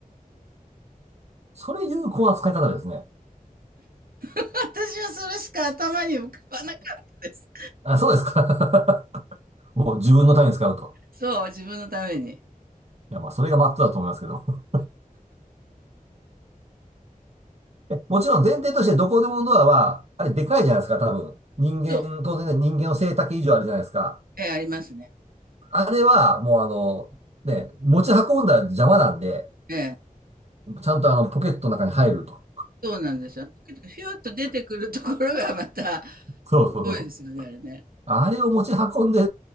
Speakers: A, on the right (about 45°); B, on the right (about 85°).
A: それ有効な使い方ですね。
B: 私はそれしか頭に浮かばなかったです。
A: あ、そうですか。<laughs> もう自分のために使うと。
B: そう、自分のために。
A: いや、まあ、それがマットだと思いますけど。<laughs> えもちろん前提としてどこでものドアは、あれでかいじゃないですか、多分。人間、
B: そう。
A: 当然ね、人間の背丈以上あるじゃないですか。
B: ええ、ありますね。
A: あれは、もうあの、ね、持ち運んだら邪魔なんで、
B: ええ。
A: ちゃんとあの、ポケットの中に入ると。
B: そうなんですよ。けどひゅっと出てくるところがまた、
A: そうそうそう。
B: すごいですよね、あれね。
A: あれを持ち運んで、